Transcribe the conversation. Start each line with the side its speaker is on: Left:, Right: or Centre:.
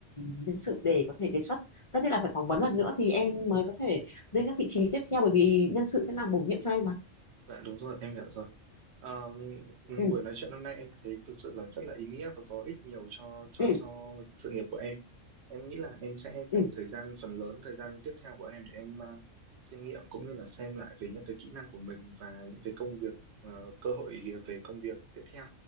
Left: nhân sự để có thể đề xuất tất nhiên là phải phỏng vấn lần nữa thì em mới
Right: Dạ,
Left: có thể lên các vị trí tiếp theo bởi vì nhân sự sẽ làm bổ nhiệm cho em mà
Right: dạ đúng rồi, em hiểu rồi. Ờ, ừm,
Left: ừ
Right: buổi nói chuyện hôm nay em thấy thực sự là rất là ý nghĩa và có ích nhiều cho cho
Left: ừ
Right: cho sự nghiệp của em. Em nghĩ là em sẽ
Left: ừ
Right: dành thời gian phần lớn thời gian tiếp theo của em để em ờ, chiêm nghiệm cũng như là xem lại về những cái kỹ năng của mình và những cái công việc ờ, cơ hội về công việc tiếp theo.